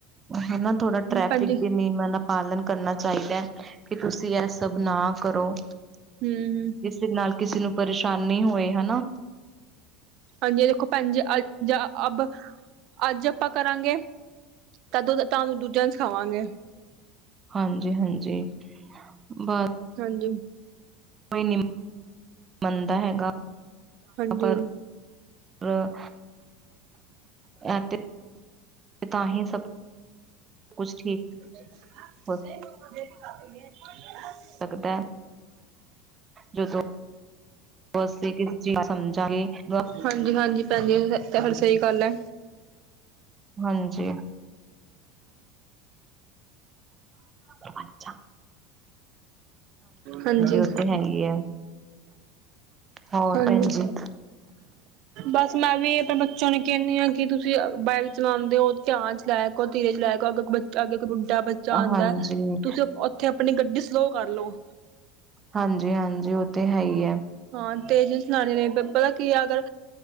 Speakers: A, on the right; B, on the right.
A: ਹਨਾ ਥੋੜਾ ਟ੍ਰੈਫਿਕ
B: ਹਾਂਜੀ
A: ਬੀ ਨਈ ਯਮ ਦਾ ਪਾਲਣ ਕਰਨਾ ਚਾਹੀਦੈ ਕਿ ਤੁਸੀਂ ਐਹ ਸਭ ਨਾ ਕਰੋ
B: ਹਮ ਹਮ
A: ਜਿਸਦੇ ਨਾਲ ਕਿਸੀ ਨੂੰ ਪਰੇਸ਼ਾਨੀ ਹੋਏ, ਹਨਾ
B: ਹਾਂਜੀ, ਦੇਖੋ ਭੈਣਜੀ ਅੱਜ ਅਬ ਅੱਜ ਅਪਾਂ ਕਰਾਂਗੇ ਕਦੋਂ ਦੇ ਥਾਂ ਤੁਹਾਨੂੰ ਦੂਜਾ ਸਖਾਵਾਂਗੇ
A: ਹਾਂਜੀ-ਹਾਂਜੀ। ਬਾ
B: ਹਾਂਜੀ
A: ਕੋਈ ਨੀ ਮੰਨਦਾ ਹੈਗਾ
B: ਹਾਂਜੀ
A: ਪਰ--ਰ ਐ ਤੇ ਤਾਂ ਹੀ ਸਭ ਕੁਛ ਠੀਕ
B: <unintelligible>
A: ਹੋ ਸਕਦੈ ਜਦੋਂ ਅਸੀਂ ਕਿਸ ਚੀਜ਼ <inaudible> ਸਮਝਾਂਗੇ ਵਕਤ
B: ਹਾਂਜੀ ਹਾਂਜੀ ਭੈਣ ਜੀ ਤੁਹਾਡੀ ਸਹੀ ਗੱਲ ਹੈ
A: ਹਾਂਜੀ ਅੱਛਾ
B: ਹਾਂਜੀ,
A: ਉਹ ਤੇ ਹੈ ਹੀ ਹੈ ਹੋਰ
B: ਹਾਂਜੀ
A: ਭੈਣ ਜੀ
B: ਬਸ ਮੈਂ ਵੀੈਂ ਅਪਨਾ ਸਾਨੂੰ ਕੈਨੇ ਆ ਕਿ ਤੁਸੀਂ ਬਾਈਕ ਚਲਾਂਦੇ ਓ ਧਿਆਨ ਚਲਾਯ ਕਰ ਧੀਰੇ ਚਲਾਯ ਕਰ <unintelligible> ਤੁਵਾਡੇ ਅਗੇ ਕੋਈ ਬੁੱਢਾ ਬੱਚਾ ਆਂਦੈ,
A: ਹਾਂਜੀ।
B: ਤੁਸੀਂ ਓਥੇ ਆਪਣੀ ਗੱਡੀ ਸਲੋਅ ਕਰ ਲਓ।
A: ਹਾਂਜੀ-ਹਾਂਜੀ, ਓਹ ਤੇ ਹੈ ਈ ਐ।
B: ਹਾਂ, ਤੇ ਜੇ ਚਲਾਣੀ ਏ ਤੇ ਪਤਾ ਕੀ ਐ ਅਗਰ,